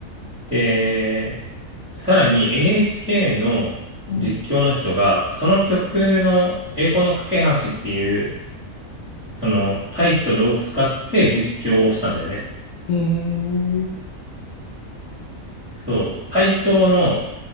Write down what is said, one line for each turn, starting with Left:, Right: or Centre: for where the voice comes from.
Centre: で、さらに NHK の実況の人が、
Left: うん。
Centre: その曲の栄光の架け橋っていう、そのタイトルを使って実況をしたんだよね。
Left: へえ、
Centre: そう、体操の、